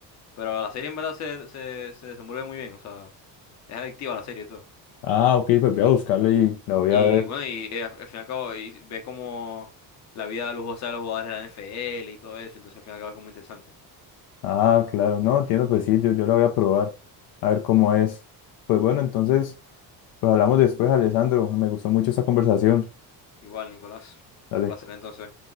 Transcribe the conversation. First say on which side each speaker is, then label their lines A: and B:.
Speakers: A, on the left (about 45°); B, on the left (about 70°).
A: Pero la serie en verdad se, se, se desenvuelve muy bien, o sea, es adictiva la serie y todo.
B: Ah, ok, pues voy a buscarla y la voy
A: Y
B: a ver.
A: bueno, y eh, al al fin y al cabo y ves como la vida lujosa de los jugadores de la NFL y todo eso, entonces al fin y al cabo es como interesante.
B: Ah, claro, no, entiendo, pues sí, yo, yo la voy a probar, a ver cómo es. Pues bueno, entonces, pues hablamos después, Alessandro, me gustó mucho esta conversación.
A: Igual, Nicolás,
B: Dale.
A: un placer entonces.